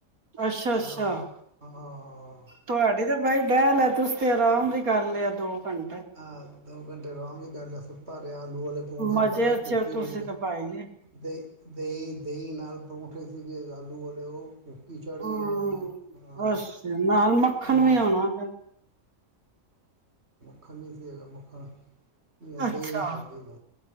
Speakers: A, on the right; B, on the right.
A: ਅੱਛਾ-ਅੱਛਾ,
B: ਆਹ ਹਾਂ
A: ਤੁਹਾਡੀ ਤੇ ਬਾਈ, ਕਹਿ ਲੈ ਤੁਸੀ ਤੇ, ਆਰਾਮ ਵੀ ਕਰ ਲਿਆ, ਦੋ ਪੰ
B: ਆਹ ਦੋ, ਘੰਟੇ ਅਰਾਮ ਵੀ ਕਰ ਲਿਆ, ਸੁੱਤਾ ਰਿਹਾ। ਉਡੂ ਵਾਲੇ ਪੌਂ ਤੁਹਾਨੂੰ
A: ਮਜ਼ੇ
B: ਪਤਾ ਕੁੂਫੀ
A: ਚ ਹੋ ਤੁਸੀਂ
B: ਬੜੀ ਹੈ,
A: ਤਾਂ ਪਾਈ ਜੇ
B: ਅਤੇ ਦਹੀਂ- ਦਹੀ ਨਾਲ, ਪਰੌਂਠੇ ਸੀਗੇ ਆਲੂ ਵਾਲੇ। ਉਹ- ਕੋੱਕੀ ਚਾੜ੍ਹੀ
A: ਹਮ
B: ਉਹਨਾਂ ਨੇ, ਹ,
A: ਬਸ ਨਾਲ ਮੱਖਣ
B: ਹਾਂ
A: ਵੀ ਹੋਣਾ ਫਿਰ
B: ਮੱਖੰਣੀ ਸੀ ਹੈਗਾ, ਮੱਖਣ। ਮੈਂ ਦਹੀਂ
A: ਅੱਛਾ
B: ਖਾਂਦੀ ਬ